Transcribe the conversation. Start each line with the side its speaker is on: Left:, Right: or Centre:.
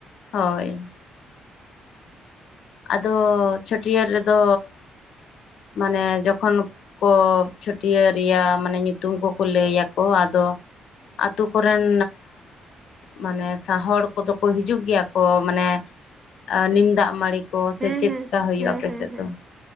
Left: ᱦᱳᱭ ᱟᱫᱚ ᱪᱷᱟᱹᱴᱭᱟᱹᱨ ᱨᱮᱫᱚ ᱢᱟᱱᱮ ᱡᱚᱠᱷᱚᱱ ᱠᱚ ᱪᱷᱟᱹᱴᱭᱟᱹᱨ ᱨᱮᱭᱟᱜ ᱢᱟᱱᱮ ᱧᱩᱛᱩᱢ ᱠᱚᱠᱚ ᱞᱟᱹᱭᱟᱠᱚ ᱟᱫᱚ ᱟᱛᱩ ᱠᱚᱨᱮᱱ ᱢᱟᱱᱮ ᱥᱚᱦᱟ ᱦᱚᱲ ᱠᱚᱫᱚ ᱠᱚ ᱦᱤᱡᱩᱜ ᱜᱮᱭᱟ ᱠᱚ ᱢᱟᱱᱮ ᱱᱤᱢ ᱫᱟᱜ ᱢᱟᱹᱲᱤ ᱠᱚ ᱥᱮ
Right: ᱦᱮᱸ
Left: ᱪᱮᱫ
Right: ᱦᱮᱸ
Left: ᱞᱮᱠᱟ ᱦᱩᱭᱩᱜᱼᱟ
Right: ᱦᱮᱸ
Left: ᱟᱯᱮᱥᱮᱫ
Right: ᱦᱮᱸ ᱦᱮᱸ
Left: ᱫᱚ